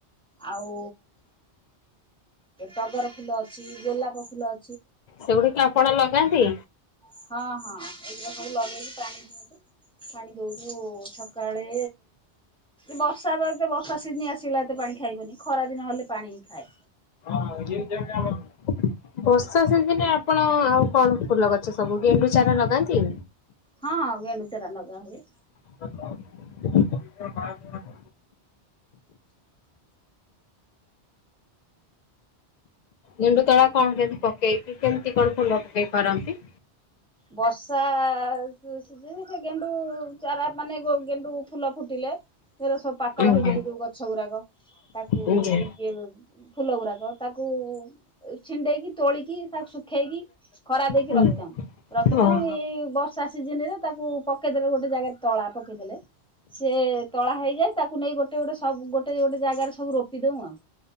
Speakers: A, in the centre; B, on the left.
A: ଆଉ ଟଗର ଫୁଲ ଅଛି ଗୋଲାପ ଫୁଲ ଅ
B: ସେଗୁଡ଼ିକ ଆପଣ ଲଗାନ୍ତି।
A: ହଁ ହଁ ଏଗୁରା ସବୁ ଲଗେଇକି ପାଣି ଦିଅନ୍ତି। ପାଣି ଦଉଚୁ ସକାଳେ ବର୍ଷା ରେ ଏତ ବର୍ଷା ସିଜିନି ଆସଗାଲା ଏତେ ପାଣି ଖାଇବନି ଖରାଦିନ ହେଲେ ପାଣି ହିଁ ଖାଏ।
B: <inaudible> ବର୍ଷା ସିଜିନରେ ଆପଣ ଆଉ କଣ ଫୁଲ ଗଛ ସବୁ ଗେଣ୍ଡୁ ଚାରା ଲଗାନ୍ତି।
A: ହଁ ଗେଣ୍ଡୁଚାରା ନଗା ହୁଏ।
B: <inaudible> <inaudible> ଗେଣ୍ଡୁ ତଳା କଣ କେମତି ପକେଇକି କେମିତି କଣ ଫୁ ଲଗେଇ ପାରନ୍ତି।
A: ବର୍ଷା ସି ସିଯିନି ସେ ଗେଣ୍ଡୁ ଚାରା ମାନେ ଗୋ ଗେଣ୍ଡୁ ଫୁଲ ଫୁଟିଲେ ଏରା ସବୁ ପାକଳ
B: ଆଜ୍ଞା
A: ହେଇଯାଇ ଯୋଉ ଗଛ ଗୁରାକ ତାକୁ
B: ଆଜ୍ଞା
A: ନୁ ଇଏ ବେ ଫୁଲ ଗୁରାକ ତାକୁ ଉ ଛିଣ୍ଡେଇକି ତୋଳିକି ତାକୁ ଶୁଖେଇକି ଖରା ଦେଇକି
B: ହୁଁ।
A: ରଖିଥାଉଁ ରଖିଥାଉଁ
B: ଓହୋ
A: ଏଇ ବର୍ଷା ସିିଜିନରେ ତାକୁ ପକେଇଦେଲେ ଗୋଟେ ଜାଗାରେ ତଳା ପକେଇଦେଲେ। ସେ ତଳା ହେଇଯାଏ ତାକୁ ନେଇ ଗୋଟେ ଗୋଟେ ସବୁ ଗୋଟେ ଗୋଟେ ଜାଗାରେ ସବୁ ରୋପି ଦଉ ଆଉ।